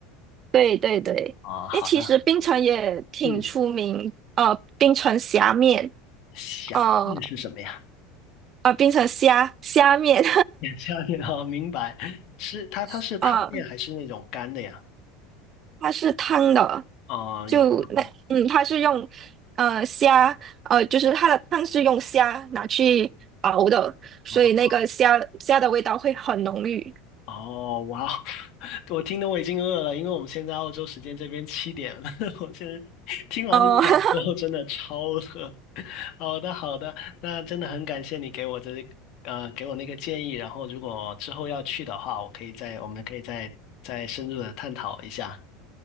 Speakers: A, on the right; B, on the left.
A: 对对对。
B: 啊，好的，
A: 诶，其实槟城也挺出名，
B: 嗯，
A: 呃，槟城虾面。
B: 虾面是什么呀？
A: 哦，呃，变成虾虾面，
B: <laughs> 也虾面啊，明白，是它它是汤面还是那种干的呀？
A: <laughs> 呃，它是汤的，
B: 啊，
A: 就那嗯，
B: 有汤的
A: 它是用呃虾，呃，就是它的汤是用虾拿去熬的，所以那个虾虾的味道会很浓郁。
B: 啊，哦，哇，我听得我已经饿了，因为我们现在澳洲时间这边七点了。<laughs> 我现在听完你讲之后，
A: 哦，<laughs>
B: 真的超饿。<laughs> 好的，好的，那真的很感谢你给我这呃给我那个建议。然后，如果之后要去的话，我可以再我们可以再再深入的探讨一下。